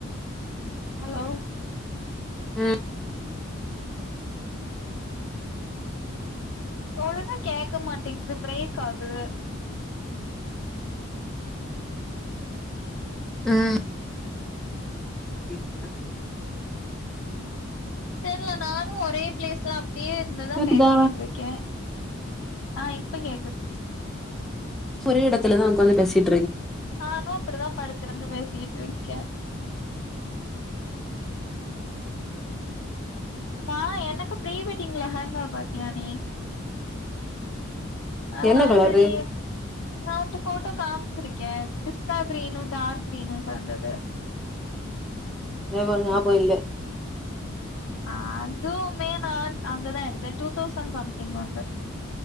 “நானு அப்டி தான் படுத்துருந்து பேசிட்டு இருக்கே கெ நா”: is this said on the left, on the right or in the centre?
Left